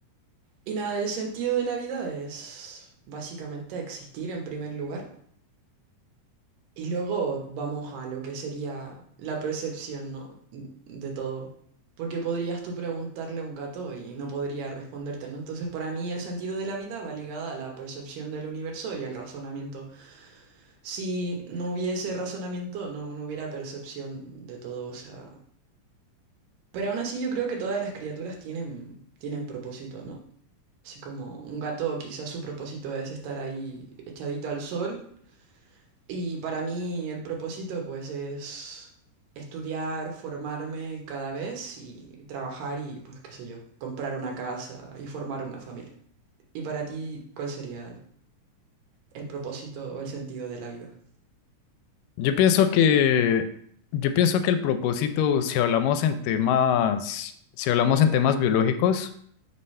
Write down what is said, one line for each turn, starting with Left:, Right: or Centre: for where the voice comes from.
Right: Y nada, el sentido de la vida es básicamente existir en primer lugar y luego vamos a lo que sería la percepción, ¿no? De todo. Porque podrías tú preguntarle a un gato y no podría responderte, ¿no? Entonces, para mí el sentido de la vida va ligada a la percepción del universo y al razonamiento. Si no hubiese razonamiento, no, no hubiera percepción de todo, o sea... Pero aún así yo creo que todas las criaturas tienen, tienen propósito, ¿no? Así como un gato quizás su propósito es estar ahí echadito al sol y para mí el propósito pues es estudiar, formarme cada vez y trabajar y pues qué sé yo, comprar una casa y formar una familia. ¿Y para ti cuál sería el propósito o el sentido de la vida?
Left: Yo pienso que, yo pienso que el propósito, si hablamos en temas, si hablamos en temas biológicos,